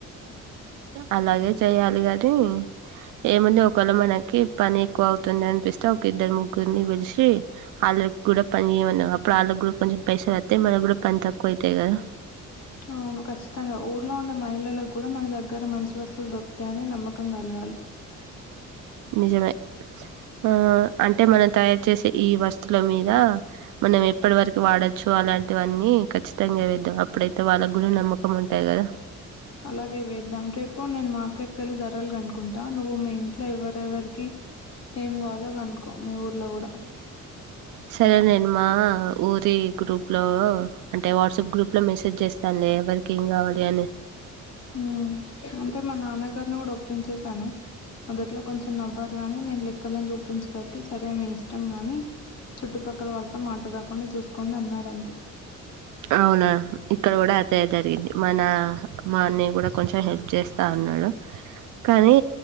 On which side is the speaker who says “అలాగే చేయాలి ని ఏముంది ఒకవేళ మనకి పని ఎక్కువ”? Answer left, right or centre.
Right